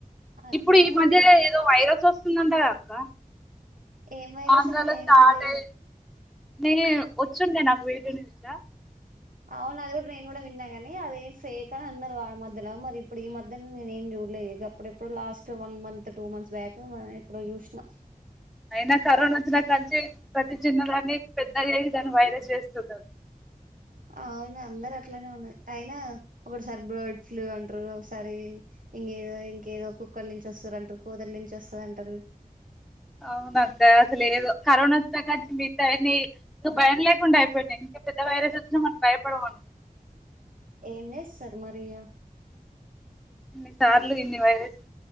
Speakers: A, on the right; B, in the centre.
A: అట్లనే
B: ఇప్పుడు ఈ మధ్య
A: ఉంది ఇక్కడ
B: ఏదో వైరస్ వస్తుందంట గా అక్క
A: ఏం వైరస్
B: ఆంధ్రాలో
A: నేను ఏం
B: స్టార్ట్
A: వినలేదే
B: అయి నే వచ్చుండే నాకు వేటు న్యూస్ ల
A: అవును. అది కూడా నేను కూడా విన్నా గాని అదేం ఫేక్ అని అన్నరు. వాళ్ మధ్యల మరి ఇప్పుడు ఈ మధ్యలో నేను ఏం చూడలే గప్పుడు ఏప్పుడో last one month two months back ఎప్పుడో జుసినా
B: అయినా కరోనా వచ్చినాకంచి ప్రతి చిన్న దాన్ని పెద్దగా చేసి దాన్ని వైరస్ చేస్తున్నారు
A: అవును అందర ఆట్ ట్లానే ఉన్నా అయినా ఒకసారి బర్డ్ ఫ్లూ అంటారు. ఒకసారి ఇంకేదో ఇంకేదో కుక్కల నుంచి వస్తారు అంటారు. కూదరి నుంచి వస్తది అంటారు.
B: అవునక్క అసలు ఏదో కరోనా వోచ్చిన కాంచీ మిగతాయి అన్ని భయం లేకుండా అయిపో వన్నీ ఇంకా పెద్ద వైరస్ వొచ్చిన మనం భయపడం. <inaudible>
A: ఎన్నె సర్మరియా
B: ఇన్ని సార్లు ఇన్ని వైరస్లు